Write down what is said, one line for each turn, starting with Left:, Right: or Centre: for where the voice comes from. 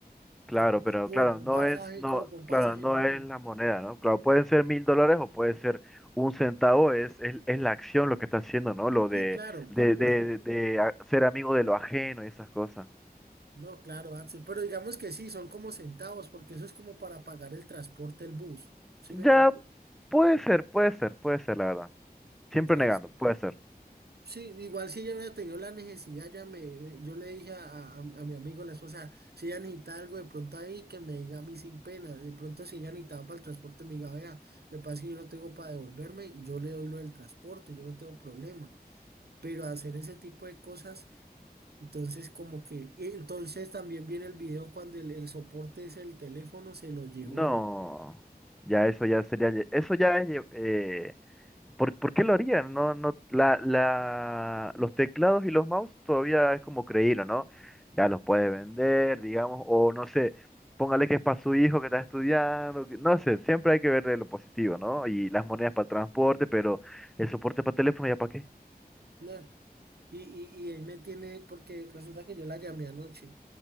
Centre: Claro,
Right: Como,
Centre: pero
Right: como
Centre: claro,
Right: por
Centre: no
Right: un pasaje,
Centre: es, no,
Right: como por un pasaje
Centre: claro, no
Right: público.
Centre: es la moneda, ¿no? Claro, pueden ser mil dólares o puede ser un centavo, es, es, es la acción lo que está haciendo, ¿no? Lo
Right: Sí,
Centre: de,
Right: claro,
Centre: de,
Right: pero- pero-
Centre: de, de, de a- ser amigo de lo ajeno y esas cosas.
Right: no, claro, Axel, pero digamos que sí, son como centavos, porque eso es como para pagar el transporte, el bus, ¿sí
Centre: Ya,
Right: me entiendes?
Centre: puede ser, puede ser, puede ser, la verdad. Siempre
Right: Entonces,
Centre: negando, puede ser.
Right: Sí, igual si ella hubiera tenido la necesidad, ya me, yo le dije a, a- a mi amigo, la esposa, si ella necesita algo de pronto ahí, que me diga a mí sin pena. De pronto si ella necesitaba para el transporte, me diga, vea, me parece que yo no tengo para devolverme, yo le doy lo del transporte, yo no tengo problema. Pero hacer ese tipo de cosas, entonces como que, y entonces también viene el video cuando el, el soporte es el teléfono, se lo llevó.
Centre: No, ya eso ya sería, lle- eso ya es eh, ¿Por, por qué lo harían? No, no, la, la, los teclados y los mouse todavía es como creído, ¿no? Ya los puede vender, digamos, o no sé, póngale que es para su hijo que está estudiando, que- no sé, siempre hay que ver lo positivo, ¿no? Y las monedas para el transporte, pero el soporte para teléfono, ¿ya para qué?
Right: nah, Y, y, y ahí me tiene, porque resulta que yo la llamé anoche.